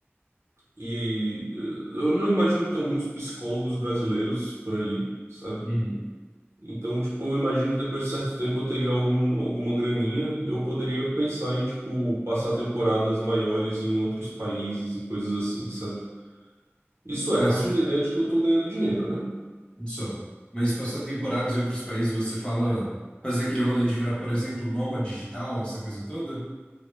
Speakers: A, on the right (about 75°); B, on the left (about 20°).
A: e eh, eu não imagino que tenham muitos psicólogos brasileiros por ali, sabe?
B: Uhum.
A: Então, tipo, eu imagino que depois de certo tempo eu teria algum, alguma graninha e eu poderia pensar em, tipo, passar temporadas maiores em outros países e coisas assim, sabe? Isso
B: Ah,
A: é, partindo
B: se,
A: da ideia de que eu tô ganhando dinheiro, né?
B: Tudo só. Mas passar temporadas em outros países, você fala, faz aquele rolê de virar, por exemplo, nômade digital, essa coisa toda?